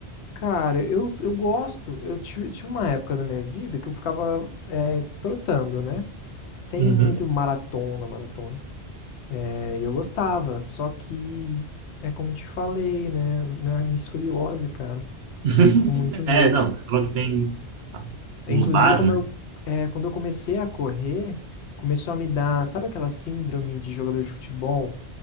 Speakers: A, on the left; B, on the right.
A: Cara, eu, eu gosto. Eu tive, tive uma época da minha vida que eu ficava é, trotando, né? Sem
B: Uhum.
A: muito maratona, maratona. É, e eu gostava, só que é como te falei, né? Minha, minha escoliose, cara.
B: <laughs>
A: Eu fico com muito medo.
B: É, não, você falou que tem
A: Inclusive,
B: um bar,
A: como
B: né?
A: eu, é, quando eu comecei a correr, começou a me dar, sabe aquela síndrome de jogador de futebol